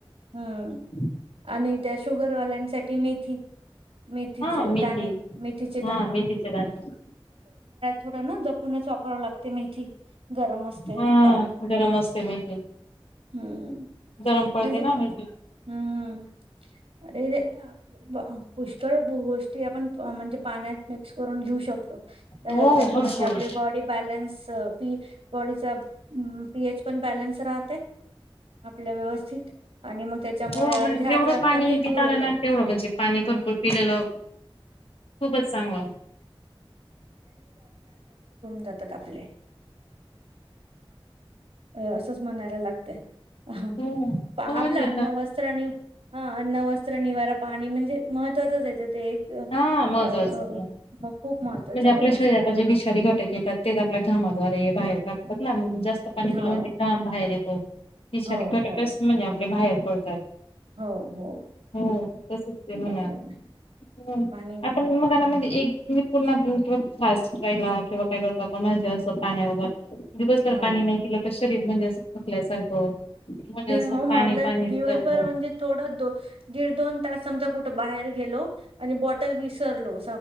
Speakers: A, on the right (about 85°); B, on the left (about 80°).
A: हं.
B: <unintelligible>
A: आणि त्या शुगरवाल्यांसाठी मेथी. मेथीचे
B: हा मेथी
A: दाणे मेथीचे
B: हा मेथीचे दाणे
A: थोड ना जपूनच वापराव लागते मेथी. गरम असते
B: हा
A: फार
B: गरम असते मेथी
A: हम् हम.
B: गरम पडते
A: अ
B: ना मेथी
A: हम्म अे ते <unintelligible> पुष्कळ गोष्टी आपण म्हणजे पाण्यात मिक्स करून घेऊ शकतो.
B: हो
A: त्यांनी
B: भरपूर
A: म्हणजे आपली बाॅडी बॅलेन्स बॉडी चा पीएच पण बॅलन्स राहते. आपल्या व्यवस्थित आणि मग त्याच्यामुळे
B: हो
A: अर्धे
B: म्हणजे जेवढं
A: आजार
B: पाणी
A: त्यानेच
B: पिता
A: दूर
B: आलं
A: होतात.
B: ना तेवढं म्हणजे पाणी
A: हम.
B: भरपूर पिलेलं खूपच चांगलं.
A: आप असच म्हणायला लागतं... ह
B: हो मग म्हणजे
A: आपला अन्न वस्त्र आणि.... हा अन्न वस्त्र निवारा पाणी म्हणजे महत्त्वाचंच येतं ते एक
B: हा महत्वाचं
A: अ मग खूप महत्त्वाच्या
B: म्हणजे आपल्या
A: बॉडीसाठी
B: शरीराात जे विषारी घटक येतात तेच आपल्या घामाद्वारे बाहेर काढतात ना जास्त पाणी
A: हो
B: पिलं म्हणजे घाम बाहेर येतो
A: हो
B: त घटकस्
A: हो
B: म्हणजे आपले बाहेर पडतात.
A: हो हो
B: हो तसच ते म्हणा
A: बरोबर
B: हम्म
A: पाणी हम्म
B: आपण मगनामध्येण एक पूर्णिंवा फास्ट रायला किंवा काय कळतो आपणलाजेस्त पाण्या वगैर दिवसभर
A: हा
B: पाणी नाही पिल क शरीर म्हणजे अस थकल्यासारखं म्हणजे असं
A: हो मला
B: पाणी पाणी
A: दिवसभर
B: करत
A: म्हणजे थोडा द दीड दोन तास समजा कुठे बाहेर गेलो आणि बॉटल विसरलो